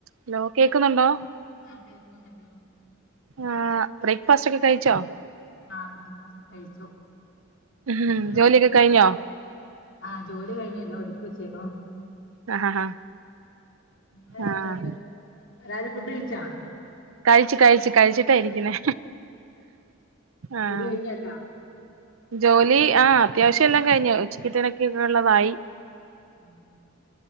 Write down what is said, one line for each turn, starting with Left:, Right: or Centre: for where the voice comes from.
Right: Hello കേക്ക്ന്നൊണ്ടോ
Left: ആഹ് കേൾക്കുന്നുണ്ടല്ലോ
Right: ആഹ് ബ്രേക്ക്ഫാസ്റ്റ് ഒക്കെ കഴിച്ചോ
Left: ആഹ് ബ്രേക്ക്‌ ഫാസ്റ്റൊക്കെ കഴിച്ചു
Right: മ്ഹ്
Left: നിങ്ങള്
Right: ജോലിയൊക്കെ കഴിഞ്ഞോ
Left: ആഹ് ജോലി കഴിഞ്ഞു എല്ലാം ഒതുക്കി വെച്ചേക്കണു
Right: ആഹ് ആഹ്
Left: ഇങ്ങള്
Right: ആഹ്
Left: എല്ലാരും എല്ലാരും ഫുഡ് കഴിച്ചാ
Right: കഴിച്ചു കഴിച്ചു കഴിച്ചിട്ടാ ഇരിക്കുന്നേ ആഹ്
Left: ജോലി കഴിഞ്ഞല്ലോ
Right: ജോലി ആഹ് അത്യാവശ്യം എല്ലാം കഴിഞ്ഞു ഉച്ചക്കേത്തനക്കെ ഇള്ളത് ആയി
Left: ആഹ്